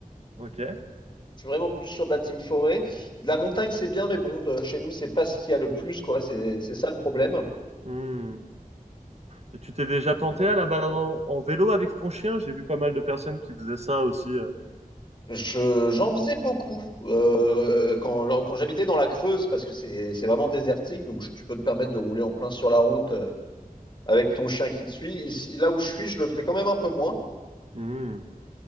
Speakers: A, on the right; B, on the left.
A: Ok.
B: Je suis vraiment plus sur de la team forêt. De la montagne, c'est bien, mais bon, de- chez nous, c'est pas ce qu'il y a le plus, quoi. C'est c'est ça le problème.
A: Hmm. Et tu t'es déjà
B: Donc,
A: tenté à la balade en, en vélo avec ton chien? J'ai vu pas mal de personnes qui faisaient ça aussi. euh.
B: je, j'en faisais beaucoup euh, quand, quand j'habitais dans la Creuse, parce que c'est c'est vraiment désertique, donc je- tu peux te permettre de rouler en plein sur la route euh, avec ton chien qui te suit. Ici, là où je suis, je le ferai quand même un peu moins.
A: Hmm.